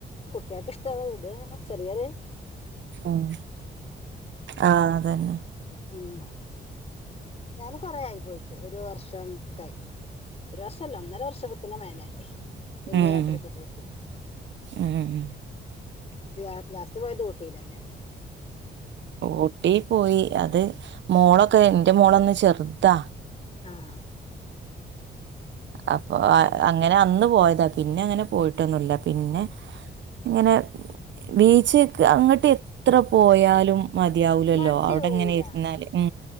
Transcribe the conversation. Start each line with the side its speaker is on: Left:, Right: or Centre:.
Left: കുട്ട്യാൾക്ക് ഇഷ്ടാവോ ഇത് പറഞ്ഞ ചെറിയൊര്
Right: ഓഹ് ആഹ് അതന്നെ
Left: ഉം ഞാനും കൊറെ ആയ് പോയ്ട്ട് ഒരു വർഷംക്കായ് ഒരു വർഷല്ല ഒന്നര വർഷ ത്തിന് മേലായ് വല്ല്യ
Right: ഉം
Left: യാത്രെക്ക പോയ്ട്ക്കാം
Right: ഉം ഉം
Left: <unintelligible> ലാസ്റ്റ് പോയത് ഊട്ടിലാണ് ഞാന്
Right: ഊട്ടി പോയി അത് മോളൊക്കെ എന്റ മോളന്ന് ചെറുദ്ദാ
Left: ആഹ്
Right: അപ്പൊ അ അങ്ങന അന്ന് പോയതാ പിന്ന അങ്ങന പോയ്ട്ടൊന്നുല്ല പിന്നെ ഇങ്ങനെ ബീച്ച്ക് അങ്ങ്ട്ട് എ എത്ര പോയാലും മതിയാവുലല്ലോ
Left: മതിയാവൂല
Right: അവ്ടെങ്ങനെ ഇരുന്നാല് ഉ